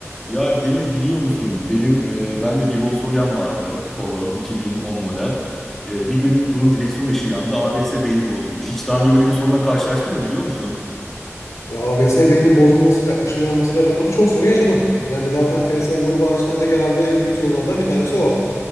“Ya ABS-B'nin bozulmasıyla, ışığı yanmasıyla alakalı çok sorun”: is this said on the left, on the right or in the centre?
Left